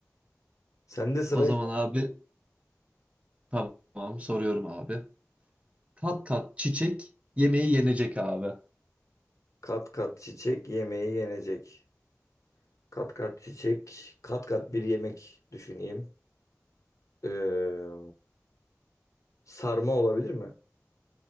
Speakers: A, on the left; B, on the right.
A: Sende sıra.
B: O zaman abi tamam soruyorum abi. kat kat çiçek yemeği yenecek abi.
A: Kat kat çiçek yemeği yenecek. Kat kat çiçek, kat kat bir yemek düşüneyim. Ee, sarma olabilir mi?